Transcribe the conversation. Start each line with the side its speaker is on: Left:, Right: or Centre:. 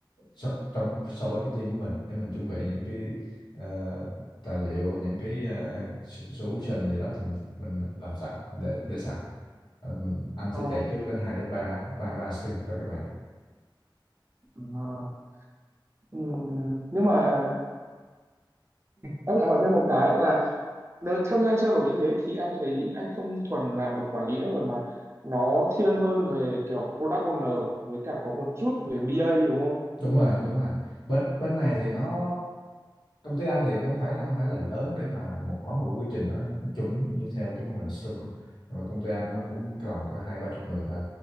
Left: so, trong so với cái team của mình để mình chuẩn bị những cái ờ, tài liệu những cái ờ, so- solution gì đó thì mình mình làm sẵn mình để để sẵn Ờ, mình anh
Right: ờ,
Left: sẽ chạy trước đến 2 đến ba ba ba stream cho các bạn
Right: ờ. Ừm, nhưng mà à, em lại hỏi thêm một cái là nếu theo như anh trao đổi như thế thì em thấy anh không thuần là một quản lý nữa rồi mà nó thiên hơn về kiểu product owner với cả có một chút về BA đúng không?
Left: đúng rồi đúng rồi bên bên này thì nó công ty anh thì cũng phải là không phải là lớn để mà một có một quy trình nó chuẩn như theo cái mô hình Scrum đâu nhưng mà công ty anh nó cũng cái tầm có hai ba chục người thôi